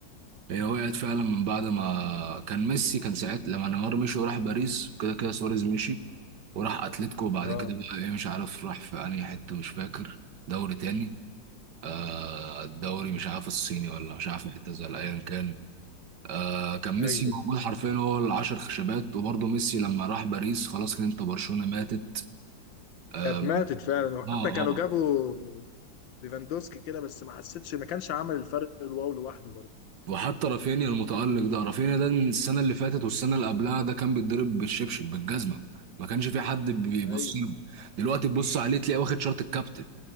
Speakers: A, on the right (about 65°); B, on the left (about 85°).
A: هي وقعت فعلا من بعد ما كان ميسي كان ساعتها لما نيمار مشي وراح باريس كده كده سواريز مشي وراح اتلتيكو بعد
B: اه
A: كده بقى ايه مش عارف راح في انهي حته مش فاكر دوري تاني آه الدوري
B: مم.
A: مش عارف الصيني ولا مش عارف اعتزل ايا كان آه كان
B: ايوه
A: ميسي موجود حرفيا هو العشر خشبات وبرضه ميسي لما راح باريس خلاص كان انت برشلونه ماتت آم،
B: كانت ماتت فعلا وحتى
A: اه
B: كانوا
A: اه
B: جابوا ليفاندوسكي كده بس ما حسيتش ما كانش عمل الفرق الواو لوحده برضه
A: وحتى رافينيا المتألق ده رافينيا ده من السنة اللي فاتت والسنة اللي قبلها ده كان بيتضرب بالشبشب بالجزمة ما كانش في حد بيبص
B: ايوه
A: له دلوقتي تبص عليه تلاقيه واخد شارة الكابتن